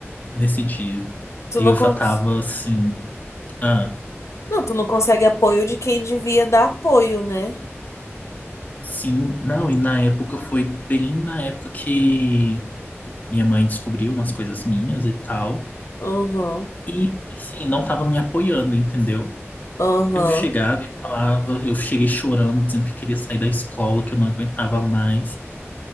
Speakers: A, on the left (about 35°); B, on the left (about 90°).
A: nesse dia.
B: Tu
A: E
B: não
A: eu
B: cons...
A: já tava assim, ah,
B: Não, tu não consegue apoio de quem devia dar apoio, né?
A: sim, não, e na época foi bem na época que Minha mãe descobriu umas coisas minhas e tal.
B: Aham.
A: E, assim, não tava me apoiando, entendeu?
B: Aham.
A: Eu chegava e falava, eu cheguei chorando, dizendo que queria sair da escola, que eu não aguentava mais.